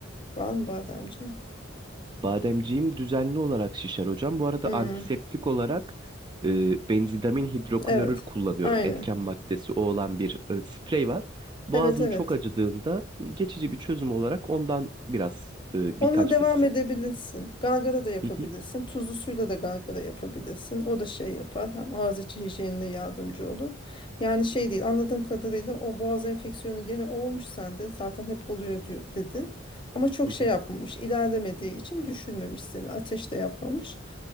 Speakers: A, on the left (about 25°); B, on the right (about 25°).
A: Var mı bademciğin?
B: Bademciğim düzenli olarak şişer hocam. Bu arada
A: Hmm,
B: antiseptik olarak e, benzidamin hidroklorür
A: evet.
B: kullanıyorum.
A: Aynen.
B: Etken maddesi o olan bir e, sprey var. Boğazım
A: Evet evet.
B: çok acıdığında e, geçici bir çözüm olarak ondan biraz e,
A: Onunla
B: birkaç
A: devam
B: fıstık.
A: edebilirsin. Galgara da yapabilirsin.
B: Hı hı,
A: Tuzlu suyla da galgara yapabilirsin. O da şey yapar. Hem ağız içi hijyenine yardımcı olur. Yani şey değil anladığım kadarıyla o boğaz enfeksiyonu gene olmuş sende. Zaten hep oluyor diyor, dedin. Ama çok
B: hı
A: şey
B: hı.
A: yapmamış. ilerlemediği için düşürmemiş seni. Ateş de yapmamış.